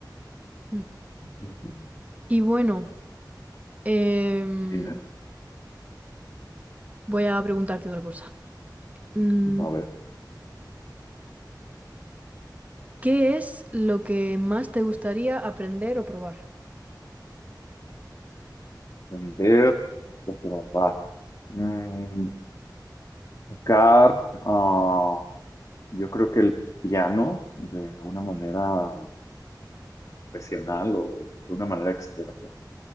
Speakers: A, on the right; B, on the left.
A: Mm.
B: Ujú.
A: Y bueno, em,
B: Dime.
A: voy a preguntarte otra cosa. Mm,
B: A ver,
A: ¿Qué es lo que más te gustaría aprender o probar?
B: vender, trabajar, mm, tocar, ah, yo creo que el piano de una manera profesional o de una manera experta,